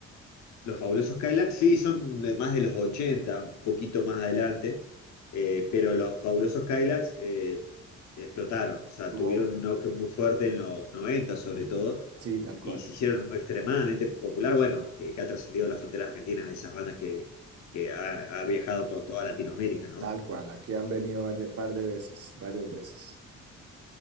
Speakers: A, on the left (about 65°); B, on the right (about 50°).
A: Los fabulosos Cadillacs, sí, son de más de los 80, un poquito más adelante, eh, pero los fabulosos Cadillacs eh, explotaron, o sea,
B: Oh,
A: tuvieron un auge muy fuerte en los 90, sobre todo,
B: sí, tal cual.
A: y se hicieron extremadamente popular, bueno, eh, que ha trascendido las fronteras argentinas, de esas bandas que, que ha, ha viajado por toda Latinoamérica, ¿no?
B: Tal cual. Aquí han venido un par de veces, varias veces.